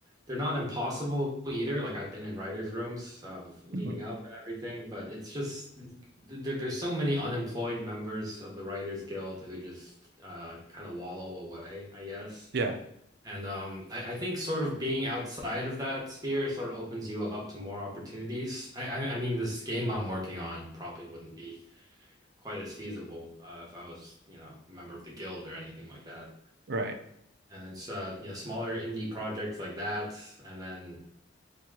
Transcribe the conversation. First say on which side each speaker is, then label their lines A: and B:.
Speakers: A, on the right; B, on the right.
A: they're not impossible either. Like, I've been in writers' rooms uh, bef leading
B: Mhm.
A: up and everything, but it's just, there, there's so many unemployed members of the Writers Guild who just uh, kind of wallow away, I guess.
B: Yeah,
A: And um, I, I think sort of being outside of that sphere sort of opens you up to more opportunities. I, I, I mean, this game I'm working on probably wouldn't be quite as feasible uh, if I was, you know, a member of the guild or anything like that.
B: right.
A: And it's uh, you know, smaller indie projects like that. And then